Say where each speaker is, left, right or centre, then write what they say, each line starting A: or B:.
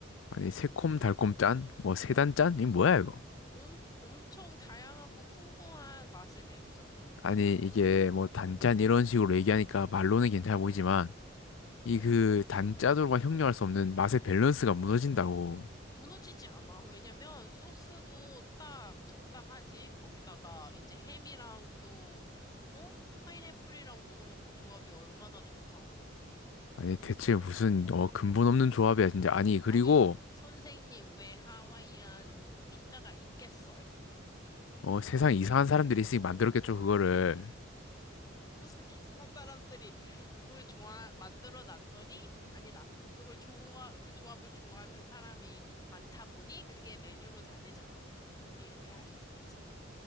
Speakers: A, on the left; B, on the left.
A: 아니 새콤 달콤 짠? 뭐 세단 짠? 이 뭐야 이거?
B: 엄, 엄청 다양하고 풍부한 맛을 내주잖아.
A: 아니 이게 뭐 단짠 이런 식으로 얘기하니까 말로는 괜찮아 보이지만 이 그 단짜조로가 형용할 수 없는 맛의 밸런스가 무너진다고.
B: 무너지지 않아. 왜냐면 소스도 딱 적당하지. 거기다가 이제 햄이랑 또, 어? 파인애플이랑 먹으면 그 조합이 얼마나 좋다고.
A: 아니 대체 무슨 어 근본 없는 조합이야 진짜. 아니
B: 아니,
A: 그리고
B: 선생님, 왜 하와이안 피자가 있겠어요?
A: 어 세상 이상한 사람들이 있으니 만들었겠죠 그거를.
B: 무슨 이상한 사람들이 그걸 좋아, 만들어 놨더니, 아니다. 그걸 좋아, 그 조합을 좋아하는 사람이 많다 보니 그게 메뉴로 자리 잡았다. 이렇게 할 수 있지.